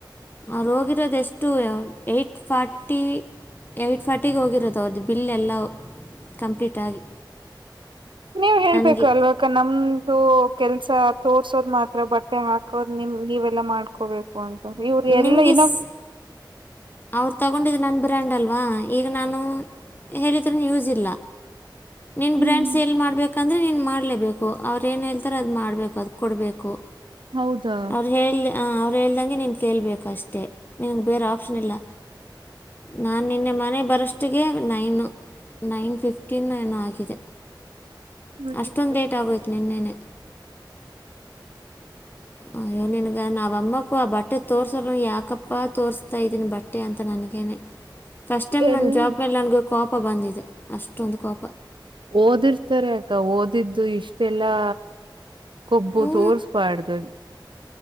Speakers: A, on the left; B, on the right.
A: ಅವರು ಹೋಗಿರೋದು ಎಷ್ಟು ಏಟ್ ಫಾಟ್ ಟಿ ಏಯ್ಟ್ ಫಾರ್ಟಿಗೆ ಹೋಗಿರೋದು ಅವ್ರದ್ದು ಬಿಲ್ ಎಲ್ಲ ಕಂಪ್ಲೀಟ್ ಆಗಿ.
B: ನೀವು ಹೇಳ್ಬೇಕು
A: ನನಗೆ
B: ಅಲ್ವಕ ನಮ್ದು ಕೆಲ್ಸ ತೋರ್ಸೋದ್ ಮಾತ್ರ ಬಟ್ ಬಟ್ಟೆ ಹಾಕೋದ್ ನಿಮ್ ನೀವೆಲ್ಲಾ ಮಾಡ್ಕೋಬೇಕು ಅಂತ ಇವ್ರ ಎಲ್ಲ
A: ನಿಮಗೆ
B: ಏನೋ
A: ಸ್ ಅವ್ರು ತಗೊಂಡಿದ್ದ್ ನನ್ನ ಬ್ರ್ಯಾಂಡ್ ಅಲ್ವಾ ಈಗ ನಾನು ಹೇಳಿದ್ರೂ ಯೂಸ್ ಇಲ್ಲ. ನಿನ್ನ
B: ಹ್ಮ್
A: ಬ್ರ್ಯಾಂಡ್ ಸೇಲ್ ಮಾಡ್ಬೇಕಂದ್ರೆ ನೀನು ಮಾಡ್ಲೇಬೇಕು ಅವರು ಏನು ಹೇಳ್ತಾರೆ ಅದು ಮಾಡ್ಬೇಕು ಅದ್ ಕೊಡಬೇಕು.
B: ಹೌದಾ
A: ಅವ್ರು ಹೇಳ ಅವ್ರು ಹೇಳ್ದಂಗೆ ನೀನು ಕೇಳ್ಬೇಕು ಅಷ್ಟೇ ನಿನಗೆ ಬೇರೆ ಆಪ್ಷನ್ ಇಲ್ಲ. ನಾನು ನಿನ್ನೆ ಮನೆಗ್ ಬರೋಷ್ಟಿಗೆ ನೈನು ನೈನ್ ಫಿಫ್ಟೀನೊ ಏನೋ ಆ ಗಿದೆ
B: ಹ್ಮ್ ಹ್ಮ್
A: ಅಷ್ಟೊಂದು
B: ಹ್ಮ್
A: ಲೇಟ್ ಆಗೋಯ್ತು ನಿನ್ನೆ.
B: <inaudible>
A: ಅಯ್ಯೋ ನಿನ್ಗ ನಾವ ಅಮ್ಮಕ್ಕೂ ಆ ಬಟ್ಟೆ ತೋರ್ಸ್ದ್ರು ಯಾಕಪ್ಪ ತೋರಿಸ್ತಾ ಇದೀನಿ ಬ ಟ್ಟೆ ಅಂತ ನನಗೇನೆ ಫಸ್ಟ್ ಟೈಮ್
B: ಎಲ್ಲ
A: ನನ್ನ ಜಾಬ್ ಮೇಲೆ ನನಗ ಕೋಪ ಬಂದಿದೆ ಅಷ್ಟೊಂದು ಕೋಪ.
B: ಓದಿರ್ತಾರೆ ಅಕ್ಕ ಓದಿದ್ದು ಇಷ್ಟೆಲ್ಲಾ ಕೊಬ್ಬು
A: ಹ್ಞೂ
B: ತೋರ್ಸ್ಬಾಡ್ದು.